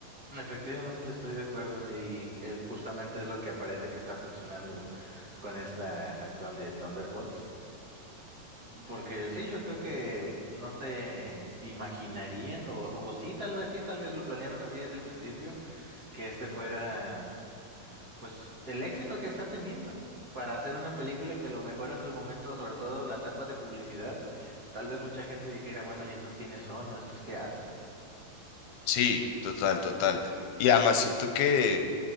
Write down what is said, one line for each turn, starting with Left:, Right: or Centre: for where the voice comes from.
Right: Efectivamente, estoy de acuerdo y eh, justamente es lo que parece que está funcionando con esta actual de Thunderbolts. Porque sí, yo creo que no se imaginarían, o, o sí, tal vez sí, tal vez lo planearon así desde el principio, que este fuera Pues el éxito que está teniendo para hacer una película que a lo mejor en su momento, sobre todo la etapa de publicidad, tal vez mucha gente dijera, bueno, ¿y estos quiénes son? ¿No estos qué hacen?
Left: Sí, total, total. Y además siento que